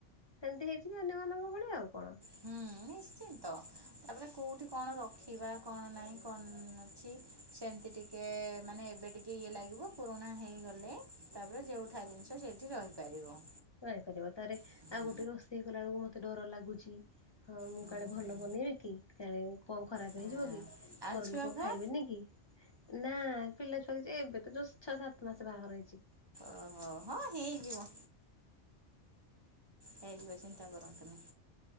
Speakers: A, on the left; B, on the right.
A: ସେମ୍ତି ହେଇଯିବି ଅନ୍ୟମାନଙ୍କ ଭଳି ଆଉ କଣ।
B: ହୁଁ ନିଶ୍ଚି ନ୍ତ ତାପରେ କୋଉଠି କଣ ରଖିବା କଣ ନାଇଁ କଣ ଅଛି। ସେମ୍ତି ଟିକେ ମାନେ ଏବେ ଟିକେ ଇଏ ଲାଗିବ ପୁରୁଣା ହେଇଗଲେ ତାପରେ ଯୋଉଠା ଜିନିଷ ସେଇଠି ରହିପାରିବ।
A: ରହିପାରିବ ତାରେ
B: ହୁଁ
A: ଆଉ ଗୋଟେ ରୋଷେଇ କଲା ବେଳକୁ ମତେ ଡର ଲାଗୁଚି। ହଁ ମୁଁ
B: ହୁଁ
A: କାଳେ ଭଲ
B: ହୁଁ
A: ବନେଇବି କି କାଳେ କଣ ଖରାପ
B: ହଁ
A: ହେଇଯିବ କି?
B: ଆଉ
A: ଘର
B: ଛୁଆ
A: ଲୋକ
B: ଫୁଆ
A: ଖାଇବେନି କି? ନା ପିଲା ଛୁଆ କିଛି ଏବେ ତ ଜଷ୍ଟ ଛଅ ସାତ ମାସ ବାହା ଘର ହେଇଚି।
B: ଓହୋ ହଁ ହେଇଯିବ। ହେଇଯିବ ଚିନ୍ତା କରନ୍ତୁନି।